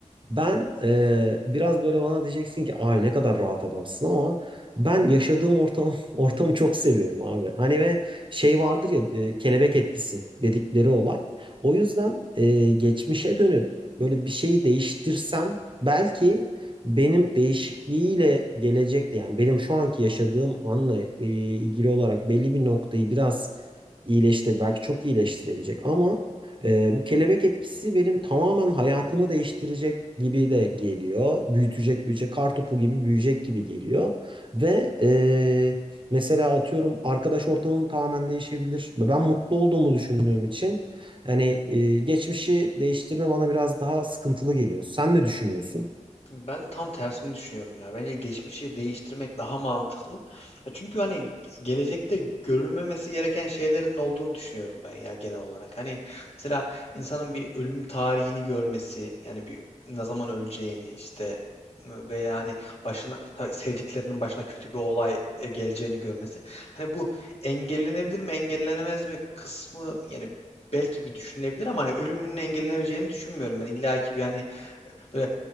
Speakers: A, on the right; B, on the left.
A: Ben eee, biraz böyle bana diyeceksin ki ay ne kadar rahat adamsın ama ben yaşadığım ortam <laughs> ortamı çok seviyorum abi. Hani ve şey vardır ya e, kelebek etkisi dedikleri olay. O yüzden e, geçmişe dönüp böyle bir şeyi değiştirsem belki benim değişikliğiyle gelecekte yani benim şu anki yaşadığım anla e, ilgili olarak belli bir noktayı biraz iyileştir belki çok iyileştirebilecek ama ee, bu kelebek etkisi benim tamamen hayatımı değiştirecek gibi de geliyor. Büyütecek, büyüyecek, kartopu gibi büyüyecek gibi geliyor. Ve e, mesela atıyorum arkadaş ortamım tamamen değişebilir. Ve Ben mutlu olduğumu düşündüğüm için hani e, geçmişi değiştirme bana biraz daha sıkıntılı geliyor. Sen ne düşünüyorsun?
B: Ben tam tersini düşünüyorum ya. Bence geçmişi değiştirmek daha mantıklı. Ya çünkü hani gelecekte görülmemesi gereken şeylerin olduğunu düşünüyorum ben ya genel olarak. Hani mesela insanın bir ölüm tarihini görmesi, yani bir ne zaman öleceğini işte veya hani başına tabii sevdiklerinin başına kötü bir olay e, geleceğini görmesi. Hani bu engellenebilir mi, engellenemez mi kısmı yani belki bir düşünülebilir ama hani ölümünün engellenebileceğini düşünmüyorum ben. İlla ki bir hani Böyle